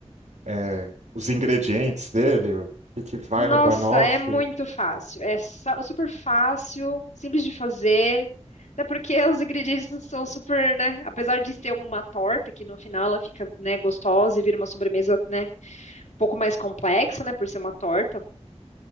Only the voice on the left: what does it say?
Nossa,
é muito fácil. É sa- super fácil, simples de fazer. Até porque os ingredientes são super, né? Apesar de ser uma torta, que no final ela fica, né, gostosa e vira uma sobremesa, né, um pouco mais complexa, né, por ser uma torta.